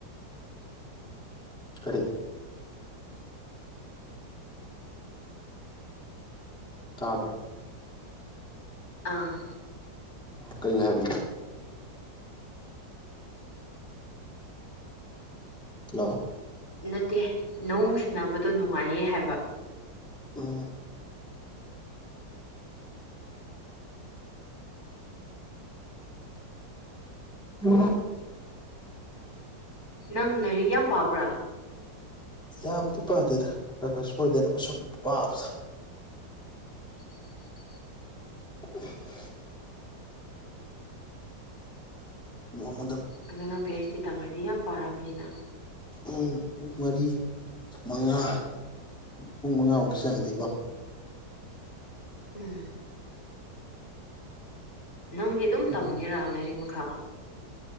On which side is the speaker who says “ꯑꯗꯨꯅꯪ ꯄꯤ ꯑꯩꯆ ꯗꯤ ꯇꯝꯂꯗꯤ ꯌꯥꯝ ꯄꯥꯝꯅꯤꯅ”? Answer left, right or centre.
Left